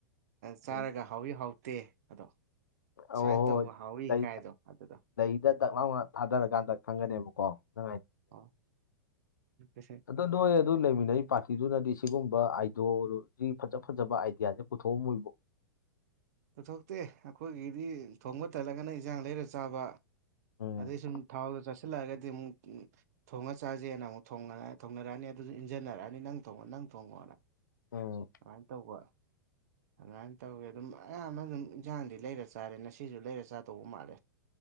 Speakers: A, on the right; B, on the left.
A: ꯆꯥꯔꯒ
B: ꯎꯝ
A: ꯍꯥꯎꯏ ꯍꯥꯎꯇꯦ ꯑꯗꯣ
B: ꯑꯧ
A: ꯁꯨꯃꯥꯏꯅ
B: ꯍꯣꯏ
A: ꯇꯧꯕ ꯍꯥꯎꯋꯤ
B: ꯂꯩ
A: ꯀꯥꯏꯗꯣ ꯑꯗꯨꯗꯣ
B: ꯂꯩꯗ ꯗꯛ ꯂꯥꯎꯅ ꯊꯥꯗꯔꯀꯥꯟꯗ ꯈꯪꯒꯅꯦꯕꯀꯣ ꯅꯨꯡꯉꯥꯏ
A: ꯑꯣꯦꯁꯦ
B: ꯑꯗꯣ ꯅꯣꯏ ꯑꯗꯨ ꯂꯩꯃꯤꯟꯅꯔꯤ ꯄꯥꯔꯇꯤꯗꯨꯅꯗꯤ ꯁꯤꯒꯨꯝꯕ ꯑꯥꯏꯗꯣ ꯁꯤ ꯐꯖ ꯐꯖꯕ ꯑꯥꯏꯗꯤꯌꯥꯁꯦ ꯄꯨꯊꯣꯛꯑꯝꯃꯣꯏꯕꯣ
A: ꯄꯨꯊꯣꯛꯇꯦ ꯑꯩꯈꯣꯏꯒꯤꯗꯤ ꯊꯣꯡꯕ ꯇꯜꯂꯒꯅ ꯏꯟꯖꯥꯡ ꯂꯩꯔ ꯆꯥꯕ
B: ꯎꯝ
A: ꯑꯗꯩ ꯁꯨꯝ ꯊ ꯥꯎꯗꯣ ꯆꯁꯜꯂꯛꯑꯒꯗꯤ ꯑꯃꯨꯛ ꯊꯣꯡꯉ ꯆꯥꯖꯦꯅ ꯑꯃꯨꯛ ꯊꯣꯡꯅꯔꯛ ꯊꯣꯡꯅꯔꯛꯑꯅꯤ ꯑꯗꯨꯖꯨ ꯏꯟꯖꯟꯅꯔꯛꯑꯅꯤ ꯅꯪ ꯊꯣꯡꯉꯣ ꯅꯪ ꯊꯣꯡꯉꯣꯅ
B: ꯑꯣ
A: ꯁꯃꯥꯏꯅ ꯇꯧꯕ ꯑꯗꯨꯃꯥꯏꯅ ꯇꯧꯋꯦ ꯑꯗꯨꯝ ꯑꯌꯥꯝꯕ ꯑꯗꯨꯝ ꯏꯟꯖꯥꯡꯗꯤ ꯂꯩꯔ ꯆꯥꯔꯦ ꯉꯁꯤꯁꯨ ꯂꯩꯔ ꯆꯥ ꯇꯧꯕ ꯃꯥꯜꯂꯦ